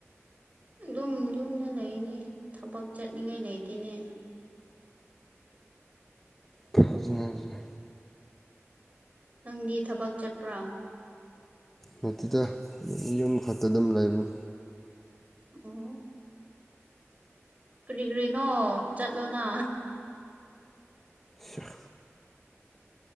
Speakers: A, on the right (about 30°); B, in the centre.
A: ꯑꯗꯨꯝ ꯌꯨꯝꯗ ꯂꯩꯅꯤ ꯊꯕꯛ ꯆꯠꯅꯤꯡꯉꯥꯏ ꯂꯩꯇꯦꯅꯦ
B: ꯐꯖ ꯐꯖꯅ
A: ꯅꯪꯗꯤ ꯊꯕꯛ ꯆꯠꯄ꯭ꯔꯥ
B: ꯅꯠꯇꯦꯗ ꯌꯨꯝ ꯈꯛꯇ ꯑꯗꯨꯝ ꯂꯩꯕꯅꯤ
A: ꯎꯝ ꯀꯔꯤ ꯀꯔꯤꯅꯣ ꯆꯠꯂꯣꯅ
B: ꯁꯤꯌꯥ